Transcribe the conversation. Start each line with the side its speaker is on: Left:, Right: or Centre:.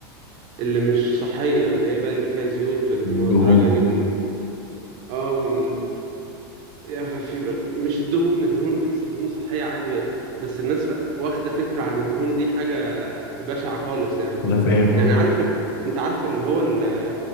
Right: اللي مش صحية اللي هي بقى اللي فيها زيوت المهدرجة
Left: دهون
Right: دي وال اه وال يعني في مش الدهون الدهون في دهون صحية عادي ب- بس الناس ف- واخدة فكرة عن الدهون دي حاجة بشعة خالص يعني
Left: انا فاهم
Right: يعني
Left: اه.
Right: عارف ال... انت عارف اللي هو ال...